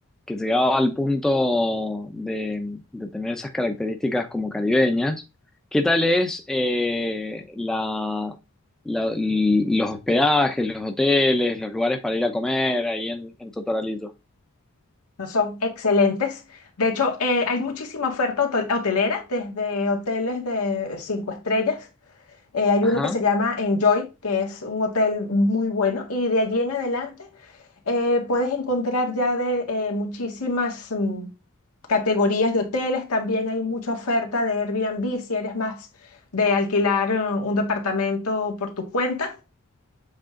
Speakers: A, in the centre; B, on the left.
A: que llegaba al punto de, de tener esas características como caribeñas. ¿Qué tal es eh, la, la- los hospedajes, los hoteles, los lugares para ir a comer ahí en, en Totoralito?
B: No son excelentes. De hecho, eh, hay muchísima oferta hotel- hotelera, desde hoteles de cinco estrellas Eh, hay
A: Ajá.
B: uno que se llama Enjoy, que es un hotel muy bueno, y de allí en adelante eh, puedes encontrar ya de eh, muchísimas mm, categorías de hoteles. También hay mucha oferta de Airbnb si eres más de alquilar eh, un departamento por tu cuenta.